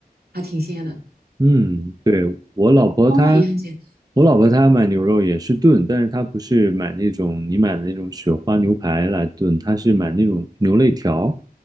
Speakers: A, on the right (about 80°); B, on the right (about 25°).
A: 还挺鲜的，
B: 嗯，对，我老婆她，
A: 方法也很简
B: 我老婆她买牛肉也是炖，但是她不是买那种你买的那种雪花牛排来炖，她是买那种牛肋条，